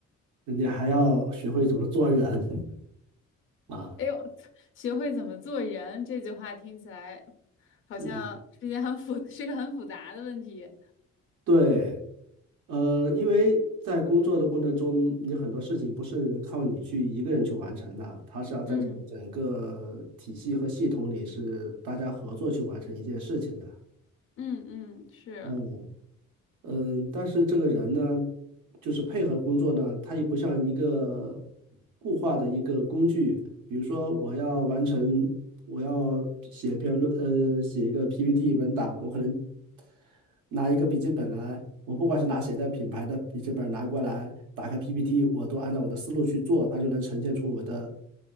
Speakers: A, on the right (about 80°); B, on the left (about 45°).
A: 你还要学会怎么做人 <laughs> 啊。
B: 哎呦，<laughs> 学会怎么做人这句话听起来好像是一件很复，
A: 嗯，
B: <laughs> 是个很复杂的问题。
A: 对。呃，因为在工作的过程中，你很多事情不是靠你去一个人去完成的，它是要在这个整个体系和系统里是大家合作去完成一件事情的。
B: 嗯嗯嗯，是，
A: 嗯，嗯，但是这个人呢，就是配合工作呢，他也不像一个固化的一个工具。比如说，我要完成，我要写一篇论，呃，写一个 PPT 文档，我可能拿一个笔记本来，我不管是拿谁的品牌的笔记本拿过来，打开 PPT，我都按照我的思路去做，它就能呈现出我的，